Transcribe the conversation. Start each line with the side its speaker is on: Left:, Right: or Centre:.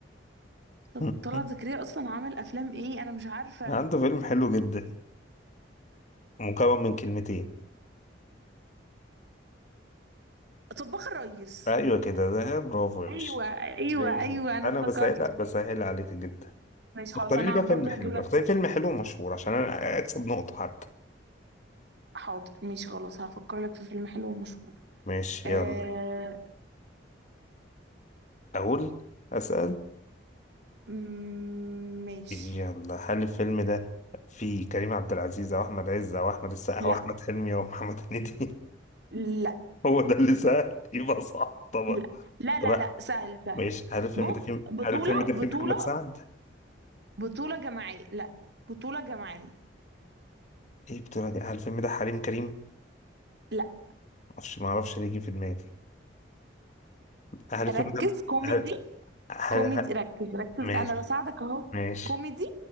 Right: طب
Left: <laughs>
Right: طلعت زكريا اصلا عمل افلام ايه انا مش عارفة
Left: عنده فيلم حلو جدا مكون من كلمتين
Right: طباخ الريس
Left: ايوه كده ده برافو يا
Right: ايوه
Left: باشا
Right: ايوه
Left: أيوة.
Right: ايوه انا
Left: انا
Right: افتكرته
Left: بسهل لا بسهل عليك جدا
Right: ماشي خلاص
Left: اختاري
Right: انا
Left: لي بقى
Right: برضو
Left: فيلم حلو
Right: هجيب لك
Left: اختاري فيلم حلو ومشهور عشان انا اكسب نقطة حتى
Right: حاضر ماشي خلاص هفكر لك في فيلم حلو ومشهور
Left: ماشي
Right: آه...
Left: يلا اقول اسأل
Right: مم، ماشي
Left: يلا هل الفيلم ده فيه كريم عبد العزيز او احمد عز او احمد السقا
Right: لا
Left: او احمد حلمي او محمد هنيدي
Right: لا
Left: <laughs> هو ده اللي سهل يبقى صح طبعا
Right: لا لا
Left: طبعا
Right: لا لا سهل سهل
Left: ماشي هل الفيلم
Right: بص
Left: ده فيه
Right: بطولة
Left: هل الفيلم ده
Right: بطولة
Left: فيه محمد سعد
Right: بطولة جماعية لا بطولة جماعية
Left: ايه بتقول ده؟ هل الفيلم ده حريم كريم
Right: لا
Left: معرفش معرفش ليه جه في دماغي هل الفيلم
Right: ركز
Left: ده
Right: كوميدي
Left: هل هل
Right: كوميدي
Left: هل-
Right: ركز ركز
Left: ماشي
Right: انا بساعدك اهو
Left: ماشي
Right: كوميدي